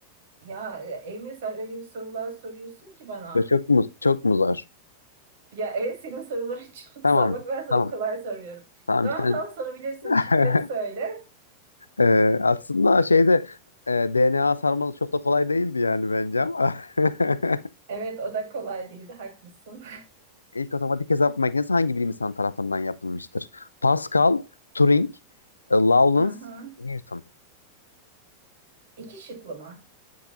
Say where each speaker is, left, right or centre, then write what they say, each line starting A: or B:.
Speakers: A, on the right (about 55°); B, on the left (about 80°).
A: Ya Emre sen öyle bir sorular soruyorsun ki bana.
B: Çok, çok mu çok mu zor?
A: Ya evet senin soruların <laughs> çok
B: Tamam.
A: zor. Bak ben sana
B: Tamam.
A: kolay soruyorum.
B: Tamam
A: Tamam
B: bir tane.
A: tamam sorabilirsin.
B: <laughs>
A: Şıkları söyle.
B: Ee, aslında şeyde e, DNA sarmalı çok da kolay değildi yani bence ama. <laughs>
A: Evet o da kolay değildi. Haklısın.
B: İlk otomatik hesap makinesi hangi bilim insanı tarafından yapılmıştır? Pascal, Turing, e, Lawrence,
A: <laughs> Hı hı.
B: Newton.
A: İki şıklı mı?